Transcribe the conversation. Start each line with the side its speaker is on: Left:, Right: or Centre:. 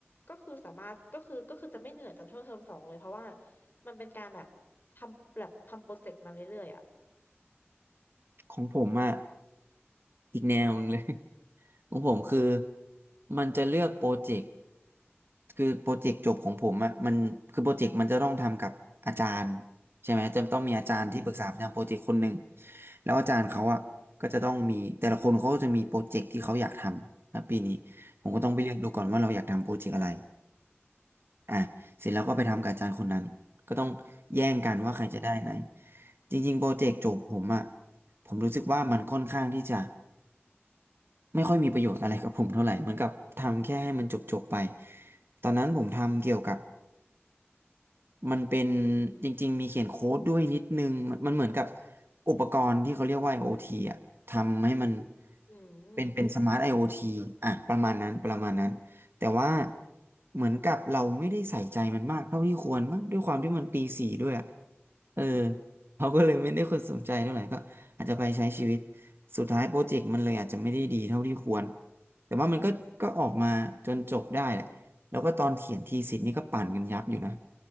Left: ก็คือสามารถก็คือก็คือจะไม่เหนื่อยจากช่วงเทอมสองเลยเพราะว่า มันเป็นการแบบทำแบบทำโปรเจกต์มาเรื่อยๆอ่ะ
Right: ของผมอ่ะอีกแนวหนึงเลย <laughs> ของผมคือมันจะเลือกโปรเจกต์ คือโปรเจกต์จบของผมอะมันคือโปรเจกต์มันจะต้องทำกับอาจารย์ใช่ไหมจะต้องมีอาจารย์ที่ปรึกษาประจำโปรเจกต์คนหนึ่ง
Left: อืม อืม
Right: แล้วอาจารย์เขาอะก็จะต้องมีแต่ละคนเขาก็จะมีโปรเจกต์ที่เขาอยากทำนะปีนี้ผมก็ต้องไปเลือกดูก่อนว่าเราอยากทำโปรเจกต์อะไร
Left: อืม
Right: อ่ะเสร็จแล้วก็ไปทำกับอาจารย์คนนั้นก็ต้องแย่งกันว่าใครจะได้ไหน
Left: อืม
Right: จริงๆโปรเจกต์จบผมอะผมรู้สึกว่ามันค่อนข้างที่จะไม่ค่อยมีประโยชน์อะไรกับผมเท่าไหร่เหมือนกับทำแค่ให้มันจบๆไปตอนนั้นผมทำเกี่ยวกับ มันเป็นจริงๆมีเขียนโค้ดด้วยนิดนึงมันมันเหมือนกับอุปกรณ์ที่เขาเรียกว่า IoT อ่ะทำให้มัน
Left: อืมอืม
Right: เป็นเป็นสมาร์ท IoT อ่ะประมาณนั้นประมาณนั้นแต่ว่าเหมือนกับเราไม่ได้ใส่ใจมันมากเท่าที่ควรมั้งด้วยความที่มันปีสี่ด้วยอะเออเขาก็เลยไม่ได้คนสนใจเท่าไหร่ก็อาจจะไปใช้ชีวิตสุดท้ายโปรเจกต์มันเลยอาจจะไม่ได้ดีเท่าที่ควรแต่ว่ามันก็ก็ออกมาจนจบได้แหละ แล้วก็ตอนเขียนทีสิทธ์นี่ก็ปั่นกันยับอยู่นะ